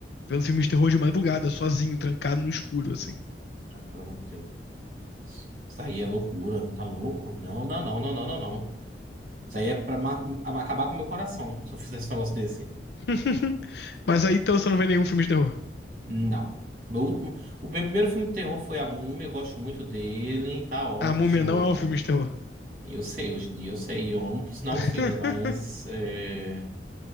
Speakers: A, on the left (about 65°); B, on the right (about 50°).
A: vendo filmes de terror de madrugada, sozinho, trancado no escuro, assim.
B: Ah, pelo amor de Deus. Isso aí é loucura, tá louco? Não, não, não, não, não, não, não. Isso aí é pra ma- acabar com o meu coração, se eu fizesse um negócio desse.
A: <laughs> Mas aí então você não vê nenhum filme de terror.
B: Não. Meu último, o meu primeiro filme de terror foi A Múmia, eu gosto muito dele, tá ótimo.
A: A Múmia não é um filme de terror.
B: Eu sei, hoje em dia eu sei, eu amo por sinal
A: <laughs>
B: o filme, mas é,